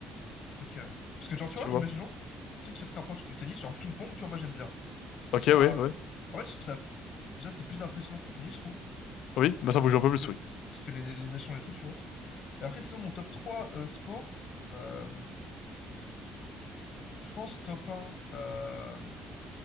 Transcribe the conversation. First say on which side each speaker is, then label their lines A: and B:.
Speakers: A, on the left; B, on the left.
A: Ok. ouais. Parce que, genre, tu
B: tu
A: vois,
B: vois.
A: imaginons, un truc qui se rapproche du tennis, genre le ping-pong, tu vois, moi, j'aime bien. Je
B: Ok,
A: trouve ça.
B: ouais, ouais.
A: En fait, je trouve ça. Déjà, c'est plus impressionnant que le tennis, je trouve,
B: Oui, bah ça bouge un peu
A: parce
B: plus,
A: que
B: oui.
A: parce que les, les échanges et tout, tu vois. Et après, sinon, mon top trois euh, sport, euh, je pense top un Euh...